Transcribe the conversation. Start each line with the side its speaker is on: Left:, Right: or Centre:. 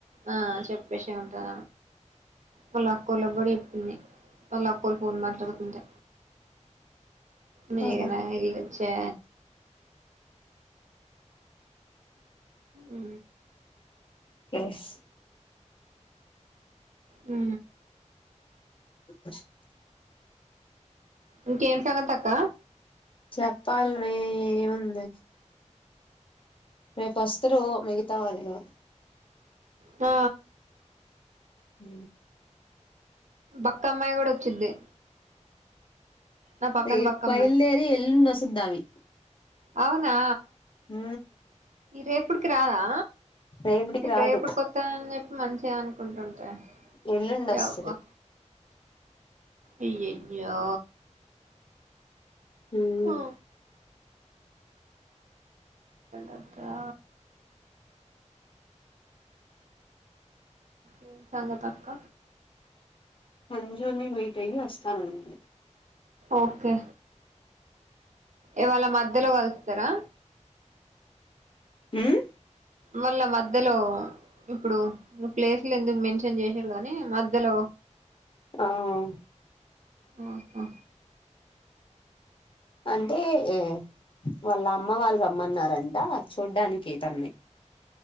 Right: ఆ చెప్పేసి ఉంటద వాళ్ళ అక్కోళ్ళ కూడా చెప్పింది వాళ్ళ అక్కోళ్ళ ఫోన్ మాట్లాతుంట మేఘనా
Left: ఆహా
Right: ఏరిచ్చే ఉ
Left: కష్
Right: ఆ
Left: <inaudible>
Right: ఇంకేం సంగత అక్క
Left: చెప్పాలి మే ఏముంది రేపు అస్తరు మిగతా వాళ్ళు
Right: ఆ
Left: ఉ
Right: బక్క అమ్మాయి కూడా వచ్చిద్ది నా పక్కన
Left: రేప్
Right: బక్కమ్మాయి
Left: బయల్దేరి ఎల్లుండి వసద్దావి
Right: అవునా
Left: ఊ
Right: ఈ రేపుటికి రాదా
Left: రేపటికి
Right: నేను
Left: రాదు
Right: రేపుడుకి వత్తాఅని జెప్పి మంచిగ కుంటుంటే
Left: ఎల్లుండి
Right: ఓయ్అవ్వ
Left: వస్తది
Right: అయ్య అయ్యో
Left: ఉమ్
Right: హో అదా ఏ సంగత అక్క
Left: సంంజూని మీట్ అయ్యి వస్తానుండి
Right: ఓకే ఇవాళ మధ్యలో కలుత్తరా
Left: ఉమ్
Right: మళ్ళ మధ్యలో ఇప్పుడు ప్లేసులేందుకు మెన్షన్ చేసిరు గనీ మధ్యలో
Left: ఆవు
Right: ఆహా
Left: అంటే ఏ వాళ్ళమ్మ వాళ్ళు రమ్మన్నారంట చూడ్డానికి తన్ని